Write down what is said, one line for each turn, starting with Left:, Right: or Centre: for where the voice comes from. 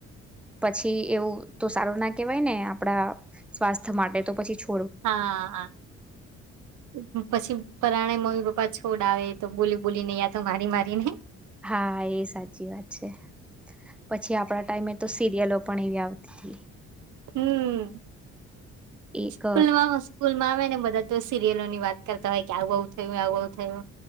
Centre: પછી એવું તો સારું ના કહેવાય, ને આપડા સ્વાસ્થ્ય માટે તો પછી છો
Right: હા, હા પછી પરાણે મમ્મી પપ્પા છોડાવે તો બોલી બોલી ને યા તો મારી મારી ને
Centre: હા, એ સાચી વાત છે પછી આપણા ટાઈમે તો સિરિયલો પણ એવી આવતી હતી,
Right: હમ્મ
Centre: એક
Right: સ્કૂલમાં સ્કૂલમાં આવે ને બધા તો સિરિયલોની વાત કરતા હોય, કે આવું આવું થયું હોય, આવું આવું થયું હોય,